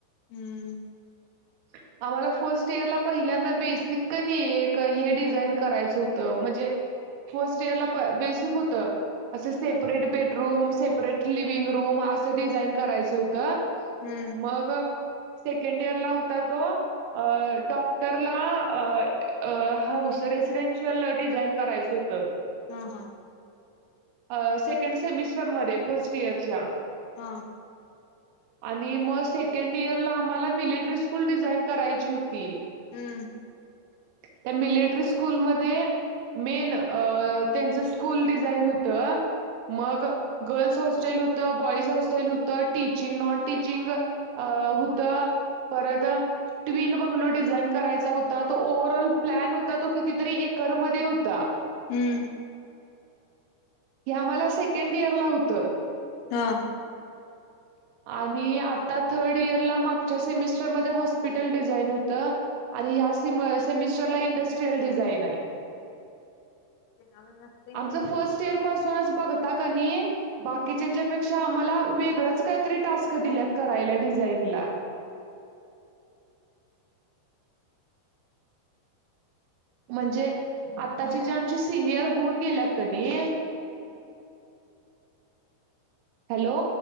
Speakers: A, on the left; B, on the right.
A: हम्म
B: <inaudible> आम्हाला फर्स्ट इयरला पहिल्यांदा बेसिक क नही एक हे डिझाईन करायचं होतं म्हणजे फर्स्ट इयर ला बेसिक होतं असं separate bedroom, separate living room असं डिझाईन करायचं होतं
A: हम्म
B: मग सेकंड इयरला होता तो अ डॉक्टरला अ, अ हाऊस रेसिडेनशियल डिझाईन करायचं होतं
A: हा, हा
B: अ सेकंड सेमिस्टरमध्ये फर्स्ट इयरच्या
A: हा
B: <inaudible> आणि मग सेकंड इयर ला आम्हाला मिलिटरी स्कूल डिझाईन करायची होती
A: हम्म
B: <inaudible> ते मिलिटरी स्कूल मधे मेन अ त्याचं स्कूल डीज जाइन होत मग गर्ल्स हॉस्टेल होतं बॉईज हॉस्टेल होत टीचिंग नॉन टीचिंग अ हूत परत ट्विन बंगलो डिझाईन करायचा होता तो ओव्हरऑल प्लॅन होता तो कितीतरी एकरमध्ये होता
A: हम्म
B: हे आम्हाला सेकंड इयर ला होतं
A: हा
B: आणि आता थर्ड इयर ला मागच्या सेमिस्टरमध्ये हॉस्पिटल डिझाईन होत आणि ह्या सिम सेमिस्टरला इंडस्ट्रियल डिझाइन आहे
A: कोणाला नसतंय
B: आमच
A: मग हे
B: फर्स्ट
A: सगळं
B: इयर पासूनच बघता क नी बाकीच्यांचा पेक्षा आम्हाला वेगळच काहीतरी टास्क दिल्यात करायला डिझाईनला म्हणजे आताची जे आमचे सिनियर होऊन गेल्यात कनई
A: <inaudible>
B: हॅलो